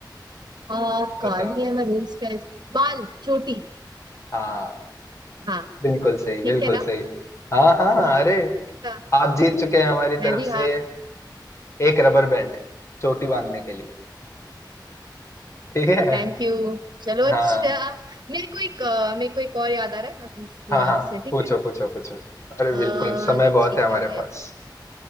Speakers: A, on the right; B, on the left.
A: हाँ काली
B: बताओ
A: है मैं रेस्ट है बाल चोटी
B: हाँ
A: हाँ
B: बिल्कुल सही बिल्कुल
A: ठीक है ना
B: सही हाँ हाँ अरे
A: ठीक है।
B: आप जीत चुके हैं हमारी
A: मैं
B: तरफ
A: भी
B: से
A: हाँ
B: एक रबर बैंड चोटी बांधने के लिए ठीक है
A: Thank you चलो अच्छा
B: हाँ
A: मेरे को एक अ, मेरे को एक और याद आ रहा है मैं पूछती
B: हाँ
A: हूँ
B: हाँ
A: आपसे ठीक
B: पूछो
A: है
B: पूछो पूछो अरे
A: अ,
B: बिल्कुल समय बहुत
A: ठीक
B: है हमारे
A: है ये-
B: पास